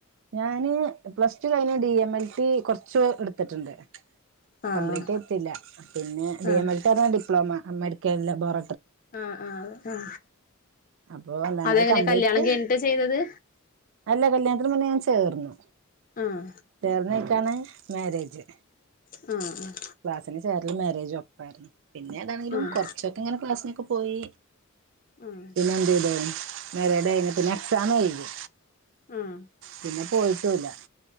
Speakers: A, on the right (about 60°); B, on the left (about 40°).
A: ഞാന് പ്ലസ് ടു കഴിഞ്ഞ ഡി എം എൽ ടി കൊറച്ച് എടുത്തിട്ടുണ്ട്
B: ആഹ്
A: കംപ്ലീറ്റ് ആയിട്ടില്ല പിന്നെ ഡി
B: ആഹ്
A: എം എൽ <unintelligible> ഡിപ്ലോമ അമേരിക്കൻ ലബോറ
B: ആഹ ആഹ അ ആ
A: അപ്പൊ എന്താണ്
B: അതെങ്ങനെ
A: അത് കംപ്ലീറ്റ്
B: കല്യാണം കഴിഞ്ഞിട്ട ചെയ്തത്
A: അല്ല കല്ല്യാണത്തിന് മുന്നേ ഞാൻ ചേർന്നു
B: ആഹ്
A: ചേർന്നെ യ്ക്കാണ് മേരേജ്
B: ആ ആ
A: ക്ലാസിന് ചേരലും മേരേജും ഒപ്പായിരുന്നു പിന്നെ ഏതാണെങ്കിലും
B: ആഹ്
A: കുറച്ചൊക്കെ ഇങ്ങനെ ക്ലാസിനൊക്കെ പോ പോയി
B: ആഹ്
A: പിന്നെന്തെയ്തെ <unintelligible> പിന്നെ എക്സാമ് എഴുതി
B: ആഹ്
A: പിന്നെ പോയിട്ടൂല